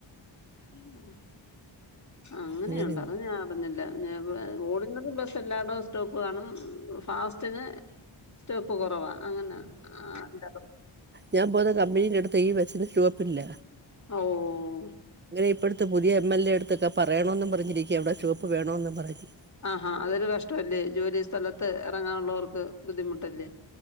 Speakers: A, on the left (about 35°); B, on the right (about 25°).
A: ആഹ് അങ്ങനെയണ്ടൊ
B: അങ്ങനെയാണ്
A: അത് ഞാൻ അറിഞ്ഞില്ല ഞാപ്പോ ഓർഡിനറി ബസ്സ് എല്ലായിടും സ്റ്റോപ്പ് കാണും ഫാസ്റ്റിന് സ്റ്റോപ്പ് കൊറവാ അങ്ങനാ <unintelligible>
B: ഞാ പോന്ന കമ്പനീന്റെട്ത്ത് ഈ ബസ്സിന് സ്‌റ്റോപ്പില്ല.
A: ഓഹോ
B: അങ്ങനെ ഇപ്പഴത്തെ പുതിയ എം എൽ എല്ലേട്ത്തൊക്കെ പറയണോന്ന് പറഞ്ഞിരിക്ക ഇവടെ സ്‌റ്റോപ്പ് വേണോന്നും പറഞ്ഞ്.
A: ആഹാ അതൊരു കഷ്ടല്ലേ ജോലി സ്ഥലത്ത് എറങ്ങാനുള്ളോർക്ക് ബുദ്ധിമുട്ടല്ലേ.